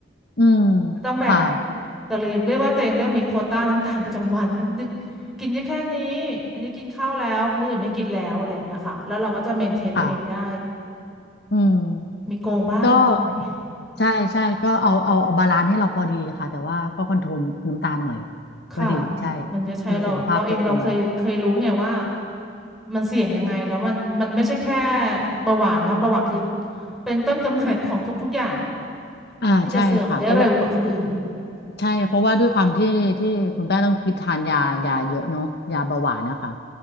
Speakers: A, on the left; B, in the centre.
A: อืม
B: ก็ต้องแบ่ง
A: ค่ะ
B: แต่เรียเรียกว่าตัวเองเริ่มมีโควต้าน้ำตาลประจำวันแล้วดึกกินได้แค่นี้อันนี้กินข้าวแล้วมื้ออื่นไม่กินแล้วอะไรอย่างเงี้ยค่ะแล้วเราก็จะเมนเทนตัวเองได้
A: ค่ะอืม
B: มีโกงบ้างนิดหน่อย
A: ก็ใช่ใช่ก็เอาเอาเอาบาลานซ์ให้เราพอดีค่ะแต่ว่าก็คอนโทรลน้ำตาลหน่อย
B: ค่ะ
A: ก็ดีใช่
B: มันจะใช้เราเราเองเราเคยเคยรู้ไงว่า
A: เพื่อสุขภาพตัวเอง
B: มันเสี่ยงยังไงแล้วมันมันไม่ใช่แค่เบาหวานเนาะเบาหวานคือเป็นต้นกำเนิดของทุกๆอย่าง
A: อ่าใช่ค่ะเพราะว่า
B: ที่จะเสื่อมได้เร็วกว่าคนอื่น
A: ใช่เพราะว่าด้วยความที่ที่คุณแป้งต้องกินทานยายาเยอะเนาะยาเบาหวานนะคะ